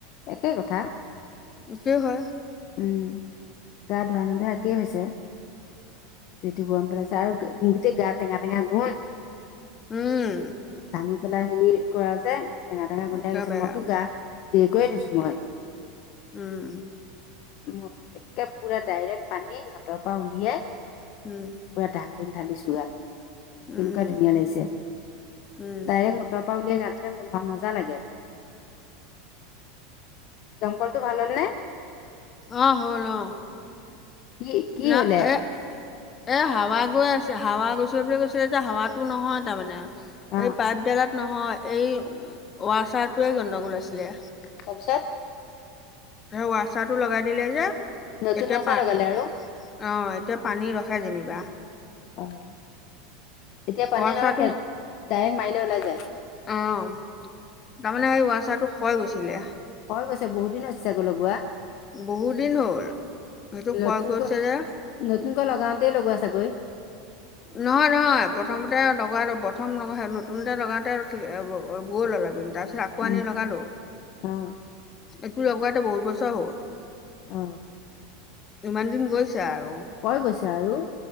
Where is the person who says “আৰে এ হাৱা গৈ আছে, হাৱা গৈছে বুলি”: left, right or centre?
Left